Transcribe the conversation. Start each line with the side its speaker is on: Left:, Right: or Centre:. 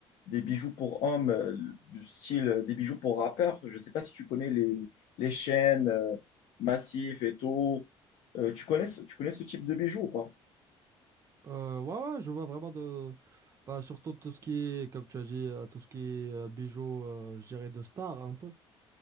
Left: des bijoux pour hommes, euh, du style euh, des bijoux pour rappeurs. Je sais pas si tu connais les, les chaînes, euh, Massif et tout. Euh, tu connais, ce- tu connais ce type de bijoux ou pas?
Right: Euh, ouais, ouais, je vois vraiment de. Bah, surtout tout ce qui est, comme tu as dit, euh, tout ce qui est euh, bijoux, euh, je dirais de star un peu.